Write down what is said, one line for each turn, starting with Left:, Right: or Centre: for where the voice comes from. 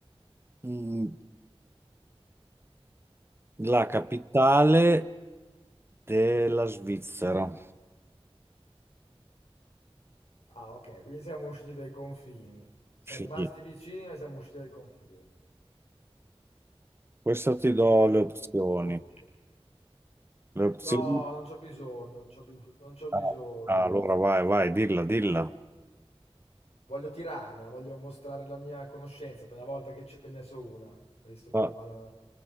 Right: mm, la capitale della Svizzera.
Left: Ah, ok, quindi siamo usciti dai confini. Siamo
Right: Sì.
Left: rimasti vicini, ma siamo usciti dai confini.
Right: Questa ti do le opzioni.
Left: Ok.
Right: Le opzioni?
Left: No, non c'ho bisogno, non c'ho bisogno, non c'ho bisogno.
Right: Ah, ah, allora vai, vai, dilla, dilla.
Left: Voglio tirarmela, voglio mostrare la mia conoscenza per una volta che, ci- che ne so una, visto come
Right: Va,
Left: va la,